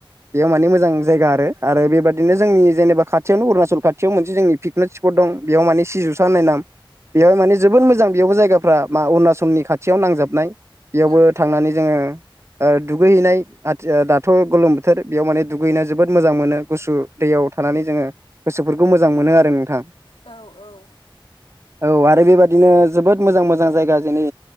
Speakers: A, on the right (about 30°); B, on the left (about 90°).
A: बेयाव माने मोजां जायगा आरो बेबादिनो जोंनि जेनेबा खाथियावनो अरुणाचल खाथियाव मोनसे जोंनि पिकनिक स्पट दं बेयाव माने सिजौसा होननाय नाम बेवहाय माने जोबोद मोजां बेयावबो जायगाफ्रा मा अरुणाचलनि खाथियाव नांजाबनाय बेयावबो
B: ओं
A: थांनानै जोङो दुगैहैनाय आथि दाथ' गोलोम बोथोर बेयाव माने दुगैहैनो जोबोद मोजां मोनो गुसु दैयाव थानानै जोङो गोसोफोरखौ मोजां मोनो आरो नोंथां।
B: औ औ
A: औ आरो बेबादिनो जोबोद मोजां मोजां जायगा जोंनि